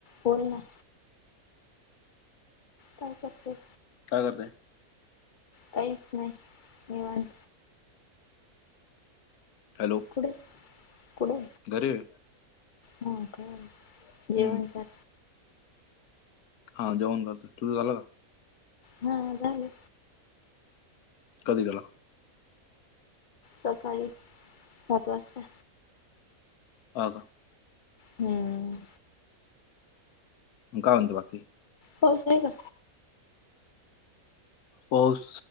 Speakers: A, on the left; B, on the left.
A: बोल ना. कॉल करते
B: काय करतोय?
A: काहीच नाही निवांत.
B: हॅलो
A: पुढे पुुढे
B: घरी आहे
A: हो का
B: हम्म
A: जेवणचा
B: हा जेवण झालं. तुझं झालं का?
A: हा हा झालं
B: कधी गेला?
A: सकाळी सात वाजता.
B: हो का
A: हम्म
B: मग काय म्हणतो बाकी?
A: पाऊस नाही का?
B: पाऊस